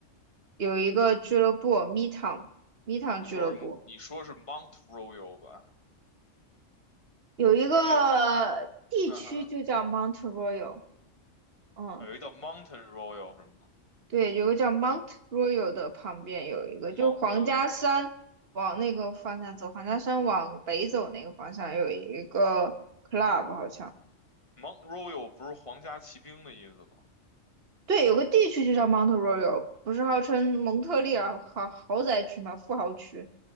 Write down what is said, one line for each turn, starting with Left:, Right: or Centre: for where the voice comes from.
Right: 有一个俱乐部，Midtown Midtown
Left: 你说是你说是
Right: 俱乐部
Left: Mount Royal 吧？
Right: 有一个地区就叫
Left: 感觉嗯哼，
Right: Mount Royal，嗯，
Left: 啊有一叫 Mountain Royal 是吗
Right: 对，有个叫 Mount Royal 的旁边有一个，就是皇家山往那个方向走，
Left: ？Mount Royal，Mount
Right: 皇家山往北走那个方向有一个 club 好像。
Left: Royal 不是皇家骑兵的意思吗？
Right: 对，有个地区就叫 Mount Royal，不是号称蒙特利尔豪豪宅区吗？富豪区。